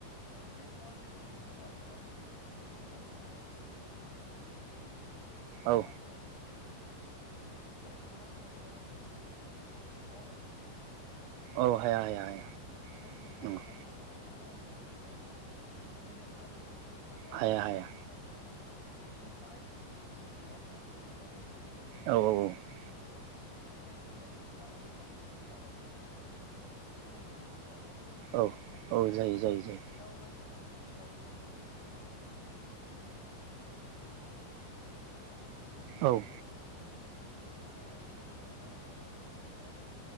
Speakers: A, on the left; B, on the right.
A: गंसे नङा जेरै मुदा गैयाबा जेरै गस'थेनानै थानो हाया थिग बिदिनो मोनस
B: औ
A: हारियाबो जुदि हारिमु गैयाबा जोङो गसंथेनानै थानो हाया नङा होमबा नोंथां।
B: औ हाया हाया हाया।
A: हारिमुखौ
B: नंगौ
A: गारनानै मालाबाबो खामानि मावनो हाया नङा होमबा जेरै हारिमु जों दानाय
B: हाया
A: लुनाय
B: हाया
A: गाननाय जोमनाय जों जाय मोनसे हारिमुवा सोलियो नङा। बि जोंबो लोंनायनिफ्राय
B: औ औ
A: बिदिनो जोङो गाननाय जोमनायनिफ्राय लानानै गासैखौबो लानानैसो मोनसे हारिमुवा जोनोम जायो नङा होमबा।
B: औ
A: जों बर'फोरा
B: औ जायो जायो जायो
A: गाव गायनोनो जि दायो बर'फोरा गावखौ सिनायथि होनो हायो आरो। थिग बिदिनो जों
B: औ
A: बर'फोरा दख'ना गायनो दख'ना गानो बर' आइजोफोरा नङा होमबा।